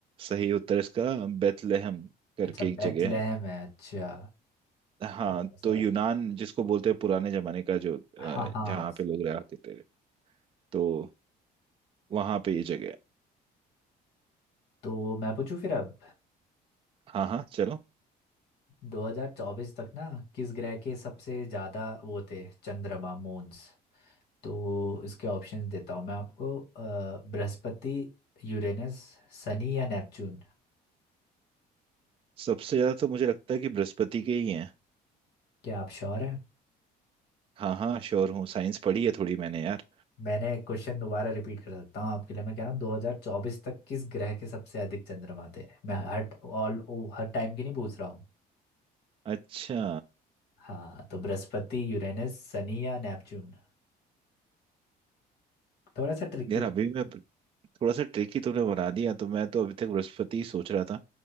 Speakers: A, on the right; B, on the left.
A: सही उत्तर इसका बेथलेहम करके
B: अच्छा
A: एक
B: बेथलेहम
A: जगह है
B: है अच्छा
A: हाँ
B: थोड़ा सा
A: तो यूनान जिसको बोलते हैं पुराने जमाने का जो अ,
B: हाँ हाँ
A: जहाँ पे लोग रहते थे तो वहां पे ये जगह है
B: तो मैं पूछूं फिर अब
A: हाँ हाँ चलो
B: 2024 तक ना किस ग्रह के सबसे ज्यादा वो थे चंद्रमा मून्स तो इसके ऑप्शंस देता हूँ मैं आपको अ, बृहस्पति यूरेनस शनि या नेपच्यून
A: सबसे ज्यादा तो मुझे लगता है कि बृहस्पति के ही हैं
B: क्या आप श्योर हैं
A: हाँ हाँ श्योर हूँ साइंस पढ़ी है थोड़ी मैंने यार
B: मैंने एक क्वेश्चन दोबारा रिपीट कर सकता हूँ आपके लिए मैं कह रहा हूँ 2024 तक किस ग्रह के सबसे अधिक चंद्रमा थे मैं हर ऑल ओ, हर टाइम की नहीं पूछ रहा हूँ
A: अच्छा
B: हाँ तो बृहस्पति यूरेनस शनि या नेपच्यून थोड़ा सा ट्रिकी
A: यार
B: है
A: अभी मैं थोड़ा सा ट्रिकी तुमने बना दिया तो मैं तो अभी तक बृहस्पति ही सोच रहा था